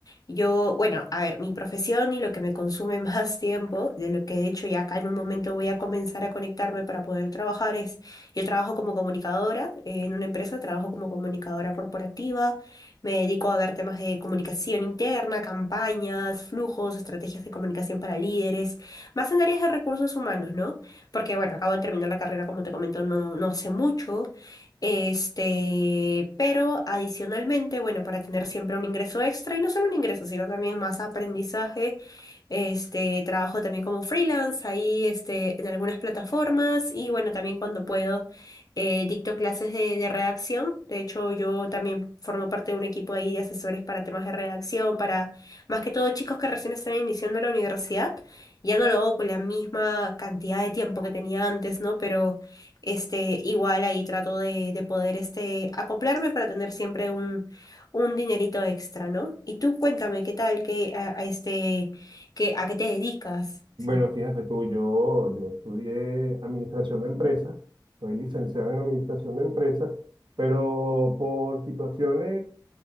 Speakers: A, on the left (about 50°); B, on the right (about 80°).
A: Yo, bueno, a ver, mi profesión y lo que me consume <laughs> más tiempo, de lo que de hecho ya acá en un momento voy a comenzar a conectarme para poder trabajar es, yo trabajo como comunicadora eh, en una empresa, trabajo como comunicadora corporativa, me dedico a ver temas de comunicación interna, campañas, flujos, estrategias de comunicación para líderes, más en áreas de recursos humanos, ¿no? porque bueno, acabo de terminar la carrera, como te comento, no, no hace mucho, este, pero adicionalmente, bueno, para tener siempre un ingreso extra, y no solo un ingreso, sino también más aprendizaje, este, trabajo también como freelance ahí, este, en algunas plataformas, y bueno, también cuando puedo, eh, dicto clases de, de redacción, de hecho, yo también formo parte de un equipo ahí de asesores para temas de redacción, para más que todo chicos que recién están iniciando la universidad. Ya no lo hago con la misma cantidad de tiempo que tenía antes, ¿no? Pero este, igual ahí trato de, de poder este, acoplarme para tener siempre un, un dinerito extra, ¿no? Y tú cuéntame, ¿qué tal? ¿Qué, a, a este, qué, a qué te dedicas?
B: Bueno,
A: Sí.
B: fíjate tú, yo, yo estudié administración de empresas, soy licenciado en administración de empresas, pero por situaciones